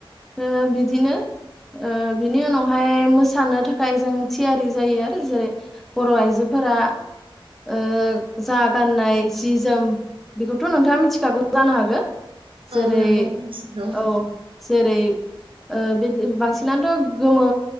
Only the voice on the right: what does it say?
औ
नंगौ मिथिगौ